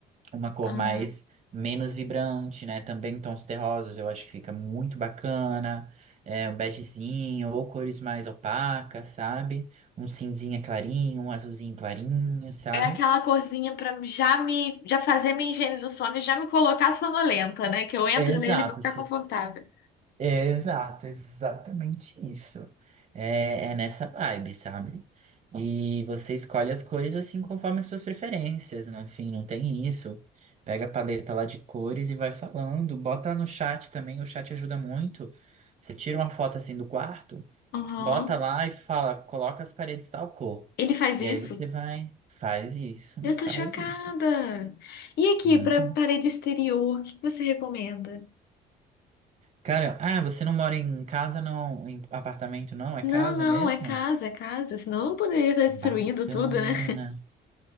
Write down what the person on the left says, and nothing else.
Ah.
É aquela corzinha pra já me, já fazer minha higiene do sono e já me colocar sonolenta, né? Que eu entro
nele e vou ficar confortável.
Aham.
Ele faz
isso?
Eu tô
chocada.
E aqui,
pra parede exterior, o que que você recomenda?
Não,
não,
é casa, é casa. Senão eu não poderia estar destruindo
tudo, né?